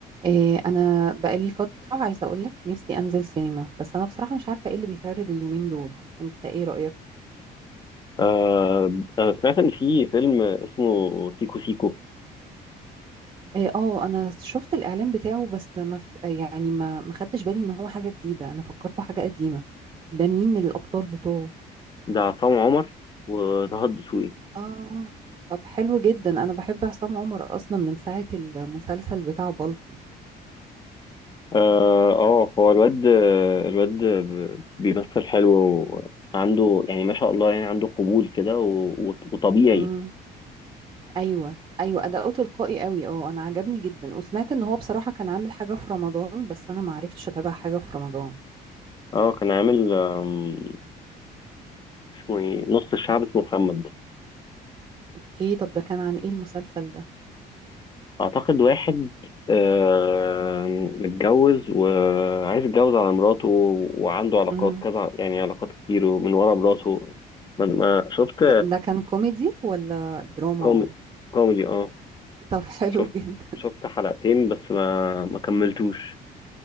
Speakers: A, on the right (about 30°); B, on the left (about 25°).
A: إيه انا بقالي فتره عايزه اقول لك نفسي انزل سينما بس انا بصراحه مش عارفه ايه اللي بيتعرض اليومين دول انت ايه رايك
B: آه أنا سمعت إن في فيلم اسمه سيكو سيكو
A: إيه، اه انا شفت الاعلان بتاعه بس ما ف... يعني ما ما خدتش بالي ان هو حاجه جديده انا فكرته حاجه قديمه ده مين الابطال بتوعه
B: ده عصام عمر وطه الدسوقي
A: اه طب حلو جدا انا بحب عصام عمر اصلا من ساعه المسلسل بتاع بالطو
B: آه آه، هو الواد الواد ب- بيمثل حلو وعنده يعني ما شاء الله يعني عنده قبول كده و- و- وطبيعي
A: امم ايوه ايوه اداؤه تلقائي قوي اه انا عجبني جدا وسمعت ان هو بصراحه كان عامل حاجه في رمضان بس انا ما عرفتش اتابع حاجه في رمضان
B: اه كان عامل آم، اسمه ايه نص الشعب اسمه محمد
A: اوكي طب ده كان عن ايه المسلسل ده
B: اعتقد واحد آه، متجوز وعايز يتجوز على مراته وعنده علاقات
A: امم
B: كذا يعني علاقات كتير ومن ورا مراته ما ما- شفت
A: ده, ده كان كوميدي ولا دراما
B: كوميدي كوميدي اه
A: طب <laughs> حلو
B: شفت
A: جدا
B: شفت حلقتين بس ما ما كملتوش